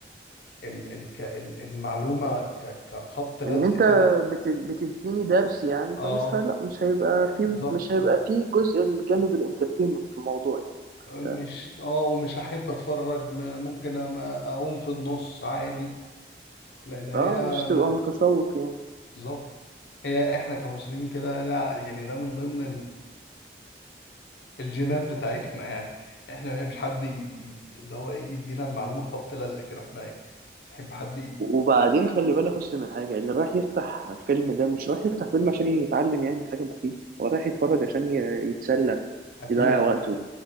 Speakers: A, on the left; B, on the right.
A: ال ال ك- ال- المعلومة ك- كخبط لزق
B: ان انت
A: كده
B: بت- بتديني درس يعني
A: اه
B: فمش هي... لا مش هيبقى في
A: بالظبط
B: مش هيبقى في جزء الجانب الانترتينمنت في الموضوع يعني انت
A: مش اه ومش هحب اتفرج م- ممكن أما اقوم في النص عادي لان هي
B: اه مش تبقى
A: لا
B: متشوق يعني
A: بالظبط هي احنا كمصريين كده ده يعني ده من ضمن الجينات بتاعتنا يعني احنا ما بنحبش حد ي... ي- اللي هو ايه يدينا المعلومة خبط لزق كده احنا نحب حد ي...
B: وبعدين خلي بالك اصل من حاجه اللي رايح يفتح فيلم ده مش رايح يفتح فيلم عشان يتعلم يعني حاجه مفيده هو رايح يتفرج عشان ي- يتسلى
A: اكيد
B: يضيع وقته